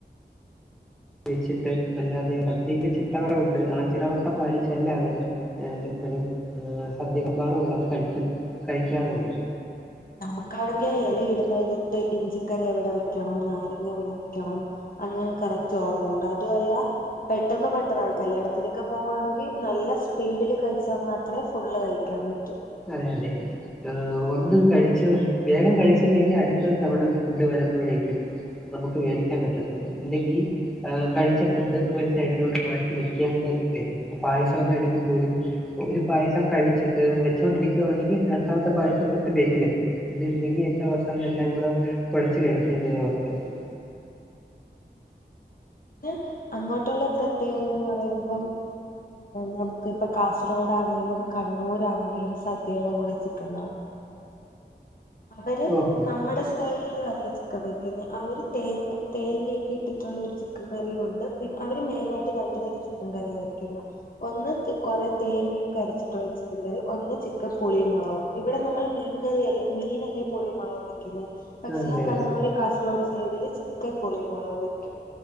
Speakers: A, in the centre; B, on the left.
A: വച്ചിട്ട് അല്ലാതെ സദ്യക്ക് ചിട്ടവട്ടം ഉണ്ട് ആ ചിട്ടവട്ടം പാലിച്ചല്ല അവർ എപ്പോഴും സദ്യ വിളമ്പാറുള്ളത് കഴിക്കും കഴിക്കാറുള്ളത്
B: നമുക്കാണെങ്കിൽ ഇല ഇടുന്നത് തൊട്ട് ഇഞ്ചിക്കറി എവിടെ വെക്കണം നാരങ്ങ എവിടെ വെക്കണം അങ്ങനെ കറക്റ്റ് ഓർഡറുണ്ട് അതുമല്ല പെട്ടെന്ന് പെട്ടന്നാണ് കല്യാണത്തിലൊക്കെ പോകുവാണെങ്കിൽ നല്ല സ്പീഡിൽ കഴിച്ചാൽ മാത്രമേ ഫുള്ള് കഴിക്കൂ കഴിയ്ക്കാൻ പറ്റൂ
A: അതെ അതെ ഒന്ന് കഴിച്ചു വേഗം കഴിച്ചില്ലെങ്കിൽ അടുത്ത തവണ ഫുഡ് വരുമ്പോഴേക്കും നമുക്ക് മേടിക്കാൻ പറ്റത്തില്ല ഇല്ലെങ്കിൽ കഴിച്ച ഫുഡ് ഒരു സൈഡിലോട്ട് മാറ്റി വെക്കേണ്ടി വരും പായസമൊക്കെ ആണെങ്കിൽ പോലും ഒരു പായസം കഴിച്ച് വെച്ചുകൊണ്ടിരിക്കുവാണെങ്കിൽ രണ്ടാമത്തെ പായസം തൊട്ട് ബാക്കിൽ എത്തും ഉണ്ടില്ലെങ്കിൽ ഏറ്റവും അവസാനം എല്ലാം കൂടെ കുഴച്ചു കഴിക്കേണ്ട ഒരു അവസ്ഥ വരും
B: പിന്നെ അങ്ങോട്ടുള്ള പ്രത്യേകത എന്ന് പറയുമ്പം നമുക്ക് ഇപ്പ കാസർഗോഡാണേലും കണ്ണൂർ ആണേലും സദ്യയുടെ കൂടെ ചിക്കൻ കാണും അവര്
A: ഓഹോ
B: നമ്മടെ സ്റ്റൈലിലും അല്ലാ ചിക്കൻ വയ്ക്കുന്നേ അവര് തേങ്ങ തേങ്ങയൊക്കെ ഇട്ടിട്ടുള്ള ഒരു ചിക്കൻ കറിയും ഉണ്ട് പിന്നെ അവര് മെയിനായിട്ട് രണ്ടു തരം ചിക്കൻ കറിയ വെക്കുന്നേ ഒന്ന് കുറെ തേങ്ങയൊക്കെ അരച്ചിട്ടുള്ള ചിക്കൻ കറി ഒന്ന് ചിക്കൻ പുളിയും മുളകും ഇവിടെ നമ്മള് മീൻകറിയല്ലേ മീനല്ലേ പുളി മുളകും വെക്കുന്നേ പക്ഷേ
A: അതെ
B: ആ കണ്ണൂര്
A: അതെ
B: കാസർഗോഡ് സൈഡില് ഒക്കെ പുളിയും മുളകും വെക്കും